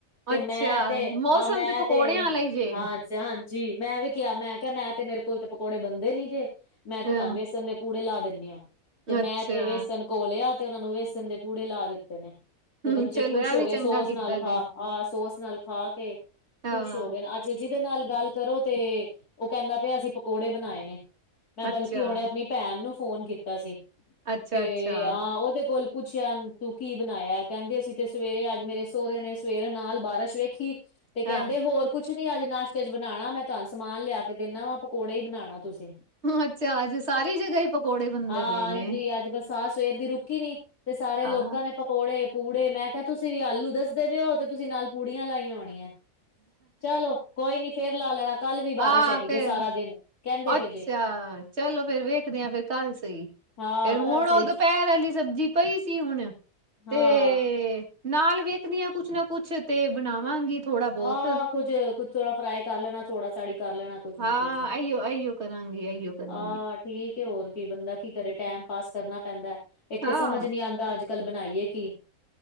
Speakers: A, on the left; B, on the right.
A: ਤੇ
B: ਅੱਛਾ
A: ਮੈਂ ਤੇ
B: ਮੌਸਮ
A: ਆ ਮੈਂ
B: ਪਕੌੜਿਆਂ
A: ਤੇ
B: ਵਾਲਾ ਹੀ ਜੇ
A: ਹਾਂ ਹਾਂਜੀ ਮੈਂ ਵੀ ਕਿਹਾ ਮੈਂ ਕਿਹਾ ਮੈਂ ਤੇ ਮੇਰੇ ਕੋਲ ਤੇ ਪਕੌੜੇ ਬਣਦੇ ਨੀ ਜੇ ਮੈਂ ਤੇ
B: ਹਾਂ
A: ਤੁਹਾਨੂੰ ਵੇਸਨ ਦੇ ਪੂੜੇ ਲਾ ਦੀਨੀ ਆ ਤੇ
B: ਅੱਛਾ
A: ਮੈਂ ਤੇ ਵੇਸਣ ਘੋਲਿਆ ਤੇ ਉਹਨਾਂ ਨੂੰ ਵੇਸਨ ਦੇ ਪੂੜੇ ਲਾ ਦਿੱਤੇ ਨੇ ਤੇ
B: ਹਮ
A: ਬੱਚੇ
B: ਚਲੋ
A: ਖੁਸ਼
B: ਇਹ
A: ਹੋ
B: ਵੀ
A: ਗਏ ਸੋਸ
B: ਚੰਗਾ ਕੀਤਾ
A: ਨਾਲ
B: ਜੇ
A: ਖਾ ਆਹ ਸੋਸ ਨਾਲ ਖਾ ਕੇ
B: ਹਾਂ
A: ਖੁਸ਼ ਹੋ ਗਏ ਅੱਜ ਜੇ ਜਿਹਦੇ ਨਾਲ ਗੱਲ ਕਰੋ ਤੇ ਉਹ ਕਹਿੰਦਾ ਪਿਆ ਅਸੀਂ ਪਕੌੜੇ ਬਣਾਏ ਨੇ ਮੈਂ ਬਲਕਿ
B: ਅੱਛਾ
A: ਉਹਨੇ ਆਪਣੀ ਭੈਣ ਨੂੰ ਫੋਨ ਕੀਤਾ ਸੀ
B: ਅੱਛਾ-ਅੱਛਾ,
A: ਤੇ ਆ ਉਹਦੇ ਕੋਲ ਪੁੱਛਿਆ ਤੂੰ ਕੀ ਬਣਾਇਆ ਕਹਿੰਦੀ ਅਸੀਂ ਤੇ ਸਵੇਰੇ ਅੱਜ ਮੇਰੇ ਸਹੁਰੇ ਨੇ ਸਵੇਰੇ ਨਾਲ ਬਾਰਿਸ਼ ਵੇਖੀ ਤੇ ਕਹਿੰਦੇ
B: ਹਾਂ
A: ਹੋਰ ਕੁਛ ਨੀ ਅੱਜ ਨਾਸ਼ਤੇ ਚ ਬਣਾਣਾ ਮੈਂ ਤੁਹਾਨੂੰ ਸਮਾਨ ਲਿਆ ਕੇ ਦੀਨਾ ਵਾਂ ਪਕੌੜੇ ਹੀ ਬਣਾਣਾ ਤੁਸੀਂ
B: ਅੱਛਾ ਅੱਜ ਸਾਰੀ ਜਗ੍ਹਾ ਪਕੌੜੇ ਬਣਦੇ
A: ਹਾਂ
B: ਪਏ
A: ਹਾਂਜੀ
B: ਨੇ।
A: ਅੱਜ ਬਰਸਾਤ ਸਵੇਰ ਦੀ ਰੁਕੀ ਨੀ ਤੇ ਸਾਰੇ
B: ਆਹ
A: ਲੋਕਾਂ ਨੇ ਪਕੌੜੇ ਪੂੜੇ ਮੈਂ ਕਿਹਾ ਤੁਸੀਂ ਵੀ ਆਲੂ ਦੱਸਦੇ ਪਏ ਓ ਤੇ ਤੁਸੀਂ ਨਾਲ ਪੂੜੀਆਂ ਲਾਈਆਂ ਹੋਣੀਆਂ ਚਲੋ ਕੋਈ ਨੀ ਫੇਰ ਲਾ ਲੈਣਾ ਕੱਲ ਵੀ ਬਾਰਿਸ਼
B: ਆਹ
A: ਹੈਗੀ ਜੇ
B: ਫੇਰ
A: ਸਾਰਾ ਦਿਨ ਕਹਿੰਦੇ ਪਏ
B: ਅੱਛਾ
A: ਜੇ
B: ਚਲੋ ਫੇਰ ਵੇਖਦੇ ਹਾਂ ਫਿਰ ਕੱਲ ਸਹੀ
A: ਹਾਂ
B: ਫੇਰ ਹੁਣ
A: ਕੱਲ ਸਹੀ
B: ਓਹ ਦੁਪਹਿਰ ਵਾਲੀ ਸਬਜ਼ੀ ਪਈ ਸੀ ਹੁਣ
A: ਹਾਂ
B: ਤੇ ਨਾਲ ਵੇਖਨੀ ਆ ਕੁਛ ਨਾ ਕੁਛ ਤੇ ਬਣਾਵਾਂਗੀ ਥੋੜਾ ਬਹੁਤ।
A: ਹਾਂ ਕੁੱਝ ਕੁੱਛ ਥੋੜਾ ਫਰਾਈ ਕਰ ਲੈਣਾ ਸੋੜਾ ਸਾੜੀ ਕਰ ਲੈਣਾ ਕੁਛ ਨਾ
B: ਹਾਂ,
A: ਕੁਛ
B: ਇਹੀਓ ਇਹੀਓ ਕਰੂਗੀ ਇਹੀਓ
A: ਆਹ
B: ਕਰੂਗੀ
A: ਠੀਕ ਹੋਰ ਕੀ ਬੰਦਾ ਕੀ ਕਰੇ ਟੈਮ ਪਾਸ ਕਰਨਾ ਪੈਂਦਾ ਇੱਕ
B: ਹਾਂ।
A: ਤਾਂ ਸਮਝ ਨਹੀ ਆਂਦਾ ਅੱਜ ਕੱਲ ਬਣਾਈਏ ਕੀ